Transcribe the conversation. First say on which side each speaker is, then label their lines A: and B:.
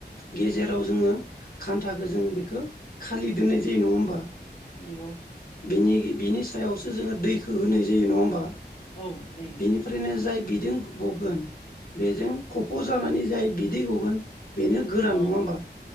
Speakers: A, on the left; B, on the left.
A: गेजेराव जोङो खान्थाखौ जों बेखौ खालि दोननाय जायो नङा होमबा?
B: नंगौ।
A: बिनि बिनि सायावसो जोङो दैखौ होनाय जायो नङा होमबा?
B: औ दै होनानै
A: बिनिफ्रायनो जाय बिदों गगोन बेजों खफ' जानानै जाय बिदै गगोन बेनो गोरान
B: औ
A: नङा होनोमबा